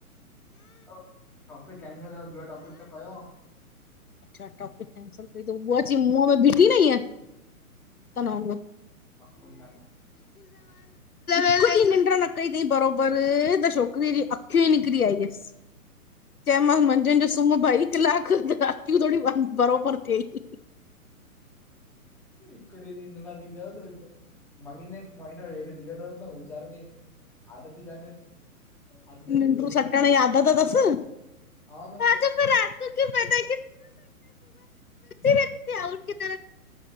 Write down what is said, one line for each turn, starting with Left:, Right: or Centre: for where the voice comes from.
Centre: अ टॉपिक कैंसल कयो ॿियो टॉपिक त कयो
Left: अच्छा टॉपिक केंसल कई त हू ब्यो अची मुंहं में बीठी न ईएंं ुतन वांगुर
Centre: अकुल कानेस
Left: ीक ॾीहुं निंड्र न कई थई बराोबर त छोकिरीअ जी अखियूं ई निकरी आई हुयसि चंए मांस मंझंनि जो सुूम्ह ॿई कलाक त अखियूं थोडी़ बराबर थियइ
Centre: इकडे डीहुं नंढा थीीधाजय त मंॻिनेस महीनो ॾेढ थी वयो तस न वचार खे आदत ही कानेस अगते
Left: निंड्रू
Centre: लॻयस कोन
Left: सटण जी आदत अथसि
Centre: हा न
Left: हाँ तो फिर रात को क्यों पता तिरे तिते आउल की तर